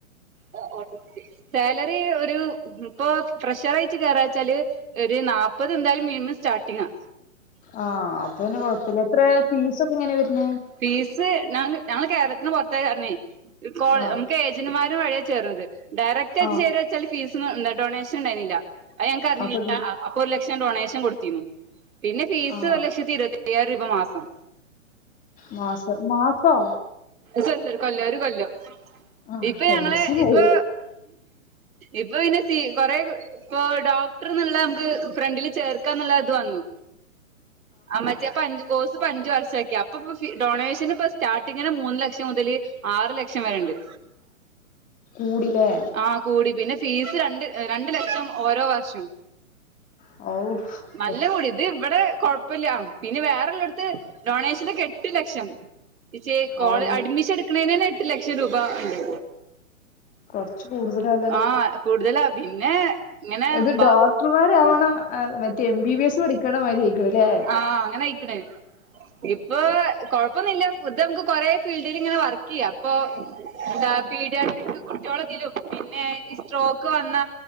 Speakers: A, on the right; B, on the left.
A: ആ <unintelligible> സാലറി ഒരു ഇപ്പൊ പ്രഷർയിട്ട് കയറാച്ചാല് ഒരു നാപ്പ പ്പത് എന്തായാലും മിനിമം സ്റ്റാട്ടിങ്ങാ
B: ആഹ് അപ്പൊ പിന്നെ കൊഴപ്പില്ല എത്ര ഫീസ ഒക്കെ എങ്ങനെയ വരണ്
A: ഫീസ് ഞങ്ങള് കേരളത്തിന് പുറത്തേ <unintelligible>
B: ആ
A: നമുക്ക് ഏജന്റ് മാര് വഴിയ ചേർന്നത് ഡയറക്റ്റ് ആയിട്ട്
B: ആ
A: ചേര വെച്ചാൽ ഫീസ് ഡൊണേഷൻ ഉണ്ടായിരുന്നില്ല അ ഞനക്ക് അറിഞ്ഞില്ല
B: അപ്പത്
A: അപ്പൊ ഒരു ലക്ഷം ഡൊണേഷൻ കൊടുത്തിരുന്നു പിന്നെ ഫീസ്
B: ആ
A: ഒരു ലക്ഷത്തി ഇരുപ അയ്യായിരം രൂപ മാസം
B: മാസം മാസോ
A: സ ഒരു കൊല്ലോ ഒരു കൊല്ലോ
B: ആ
A: ഇപ്പൊ
B: ടെൻഷനായി
A: ഞങ്ങള് ഇപ്പൊ ഇപ്പൊ പിന്നെ സ കൊറ ഇപ്പൊ ഡോക്ടർ ന്ന്ള്ള നമുക്ക് ഫ്രണ്ടിൽ ചേർക്കാ എന്നുള്ള ഇത് വന്നു ആ മറ്റോ പഞ്ച് കോഴ്സ് അഞ്ച് വർഷം ആക്കി അപ്പപ്പ ഡൊണേഷൻ ഇപ്പം സ്റ്റാർട്ടിങ്ങിന് മൂന്ന് ലക്ഷം മുതല് ആറ് ലക്ഷം വരെ ഇണ്ട് ഉ
B: കൂടിലേ
A: ആ കൂടി പിന്നെ ഫീസ് രണ്ട് രണ്ടു ലക്ഷം ഓരോ വർഷം
B: ഔ
A: നല്ല
B: കൊ
A: കൂടി ഇത് ഇവിടെ കൊഴപ്പില്ല പിന്നെ വേറെല്ല ഇള്ളടത്ത് റോണേഷനെക്കെ എട്ട് ലക്ഷം പച്ചേ കോള
B: അള്ളാ
A: അഡ്മിഷൻ എടുക്കണന് തന്നെ എട്ട് ലക്ഷം രൂപ ഉണ്ട്
B: കുറച്ച് കൂടുതലാ
A: ആഹ് കൂടുതലാ പിന്നെ ഇങ്ങനെ
B: ഇത്
A: ബ
B: ഡോക്ടർമാര് ആവണ മറ്റേ എം ബി ബി എസ് പഠിക്കേണ്ട മാതി ആയിരിക്ക്ണ് അല്ലെ
A: ആഹ് അങ്ങനെ ആയിക്ക്ണേ ഇപ്പൊ കൊഴപ്പൊന്നില്ല ഇത് നമുക്ക് കൊറെേ ഫീൽഡിൽ ഇങ്ങനെ വർക്ക് ചെയ്യാം അപ്പൊ എന്താ പീഡിയട്രിക് കുട്ടികള ഇതിലും പിന്നെ ഈ സ്ട്രോക്ക് വന്ന